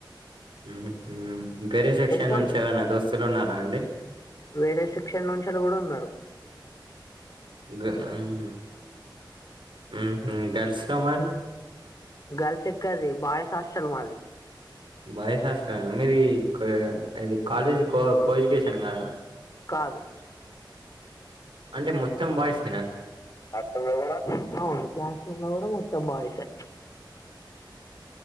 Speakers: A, on the right; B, on the left.
A: ఊహ్ ఊ వేరే సెక్షన్
B: యశ్వాట్
A: నుంచి ఏవైనా దోస్తులు ఉన్నారా అండి
B: వేరే సెక్షన్ నుంచెల్లి గూడా ఉన్నరు
A: గ ఊ ఊహు గర్ల్స్ ల మరి
B: గర్ల్స్ ఎక్కడిది బాయ్స్ హాస్టల్ మాది
A: బాయ్స్ హాస్టల్ ఆహ్ మీది ఇది కాలేజ్ కో కో ఎడ్యుకేషన్ కదా
B: కాదు
A: అంటే మొత్తం బాయ్స్
B: క్లాస్ రూమ్ లో కూడా అవును క్లాస్ రూమ్ లో కూడా మొత్తం బయ్స్ ఎ